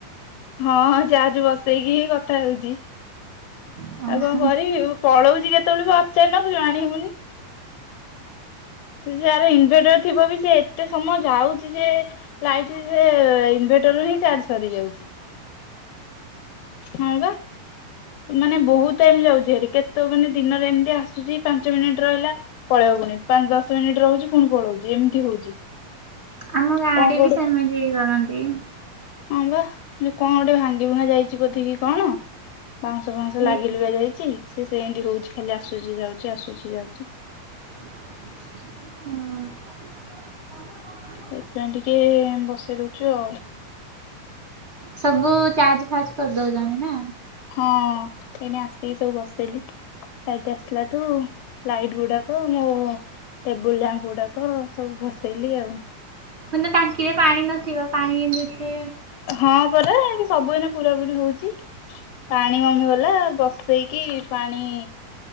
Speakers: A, on the left; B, on the right.
A: ହଁ ଜାହାଜ ବସେଇକି ହିଁ କଥା ହଉଛି
B: ହୁଁ
A: ଆଉ କଣ କରିବି? ପଳଉଛି କେତେବେଳେ ବି ପଚାରି ନବୁ ଜାଣି ହଉନି। ଯାର ଇନଭେଟର ଥିବ ବି ସେ ଏତେ ସମୟ ଯାଉଛି ଯେ ଲାଇଟ ସେ ଇନଭଟରୁ ହିଁ ଚାର୍ଜ ସ ଯାଉଛି। ହଁ ପା। ମାନେ ବହୁତ ଟାଇମ ଯାଉଛି ଆରି କେତେ ମାନେ ଦିନରେ ଏମିତି ଆସୁଛି ପାଞ୍ଚ ମିନିଟ ରହିଲା। ପଳେଇବୁନି ପାଞ୍ଚ ଦଶ ମିନିଟ ରହୁଛି ପୁଣି ପଳଉଛି ଏମିତି ହଉଛି।
B: ଆମ ଗାଁରେ
A: କଣ କୋଉଠୁ
B: ବି ସେମିତି ହେଇ କରନ୍ତି।
A: ହଁ ବା କଣ ଗୋଟେ ଭାଙ୍ଗି ଭୁଙ୍ଗା ଯାଇଛି ବୋଧିକି କଣ? ବାଉଁଶ ଫାଉଁଶ
B: ସେଇଠି
A: ଲାଗି ଲୁଗା ଯାଇଛି ସେ ସେମିତି ହଉଛି ଖାଲି ଆସୁଛି ଯାଉଛି ଆସୁଛି ଯାଉଛି।
B: ହୁଁ।
A: ସେଇଥିପାଇଁ ଟିକେ ବସେଇ ଦଉଛୁ ଆଉ।
B: ସବୁ ଚାାର୍ଜ ଫାଜ କରିଦଉଛନ୍ତି ନା।
A: ହଁ ଏଇନେ ଆସିକି ସବୁ ବସେଇଲିି। ଲାଇଟ ଆସିଲାଠୁ ଲାଇଟ ଗୁଡାକ ମୋ ଟେବୁଲ ଲ୍ୟାମ୍ପ ଗୁଡ଼ାକ ସବୁ ଭସେଇଲି ଆଉ।
B: ମାନେ ଟାଙ୍କିରେ ପାଣି ନଥିବ ପାଣି ଏଇନେ ଉଠେ
A: ହଁ ପରା ଏଠି ସବୁ ଏଇନେ ପୁରା ପୁରି ହଉଚି। ପାଣି ମମି ଗଲା ବ ପଷେଇକି ପାଣି